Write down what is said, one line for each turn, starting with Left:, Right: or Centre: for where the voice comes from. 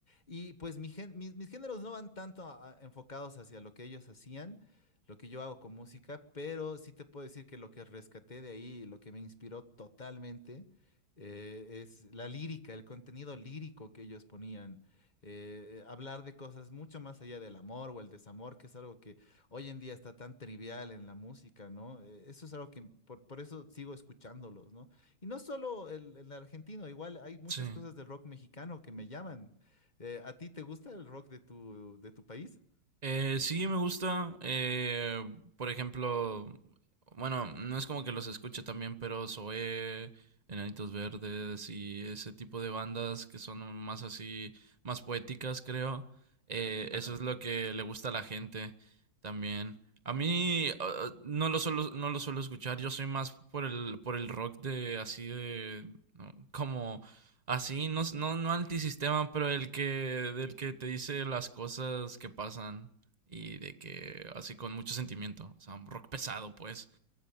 Left: Y pues mi gen- mis, mis géneros no van tanto a- a- enfocados hacia lo que ellos hacían, lo que yo hago con música, pero sí te puedo decir que lo que rescaté de ahí, lo que me inspiró totalmente, eh, es la lírica, el contenido lírico que ellos ponían. eh, eh, hablar de cosas mucho más allá del amor o el desamor, que es algo que hoy en día está tan trivial en la música, ¿no? Eh, eso es algo que por, por eso sigo escuchándolos, ¿no? Y no solo el, el argentino, igual hay muchas
Right: Sí.
Left: cosas del rock mexicano que me llaman. Eh, ¿a ti te gusta el rock de tu, de tu país?
Right: Eh, sí, me gusta. eh, por ejemplo, bueno, no es como que los escuche también, pero Zoé, Enanitos Verdes y ese tipo de bandas que son más así, más poéticas, creo. Eh,
Left: Claro.
Right: eso es lo que le gusta a la gente también. A mí ah, no lo suelo, no lo suelo escuchar. Yo soy más por el, por el rock de así de ¿no? como Así, no, s- no, no antisistema, pero el que, del que te dice las cosas que pasan y de que así con mucho sentimiento, o sea, un rock pesado, pues.